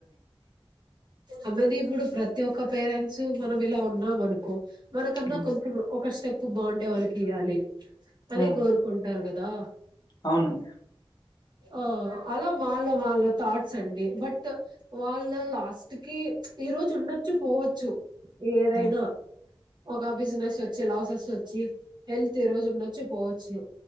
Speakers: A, on the right (about 50°); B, on the left (about 50°).
A: అమ్మెది ఇప్పుడు ప్రతి ఒక్క పేరెంట్స్ మనం ఇలా ఉన్నాం అనుకో మనకన్నా
B: హ్మ్
A: కొంచెం ఒక స్టెప్ బాగుండే వాళ్ళకి ఇయాలి అని
B: హ్మ్
A: కోరుకుంటారు కదా
B: అవునండి
A: ఆ అలా వాళ్ళ వాల్ థాట్స్ అండి బట్ వాళ్ళు లాస్ట్ కి ఈరోజు ఉండొచ్చు పోవచ్చు ఏదైనా
B: హ్మ్
A: ఒక బిజినెస్ వచ్చి లాసెస్ వచ్చి హెల్త్ ఈ రోజు ఉండొచ్చు పోవచ్చు